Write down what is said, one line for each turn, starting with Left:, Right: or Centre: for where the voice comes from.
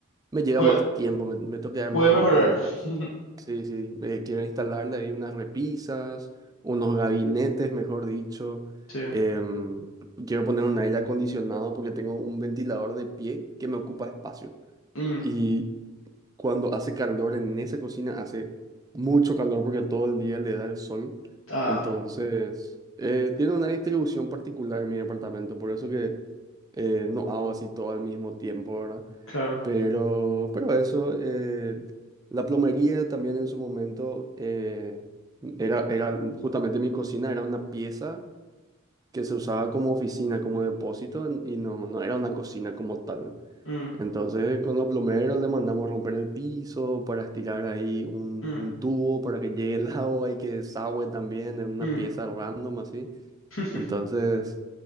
Right: Me lleva
Left: Puede,
Right: más tiempo, me, me tengo que dar
Left: puede
Right: más
Left: mejorar.
Right: vueltas.
Left: <laughs>
Right: Sí, sí, eh, quiero instalarle ahí unas repisas, unos gabinetes, mejor dicho.
Left: Sí.
Right: Em, quiero poner un aire acondicionado porque tengo un ventilador de pie que me ocupa espacio.
Left: Mm,
Right: Y cuando hace calor en esa cocina, hace mucho calor porque todo el día le da el sol.
Left: Ah,
Right: Entonces, eh, tiene una distribución particular en mi departamento, por eso que eh, no hago así todo al mismo tiempo, ¿verdad?
Left: claro.
Right: Pero, pero eso, eh, la plomería también en su momento eh, era, era justamente mi cocina, era una pieza que se usaba como oficina, como depósito, y no, no era una cocina como tal.
Left: Mm,
Right: Entonces, con los plomeros le mandamos romper el piso para estirar ahí un,
Left: mm,
Right: un tubo para que llegue el agua y que desagüe también en una
Left: mm.
Right: pieza random así.
Left: <laughs>
Right: Entonces,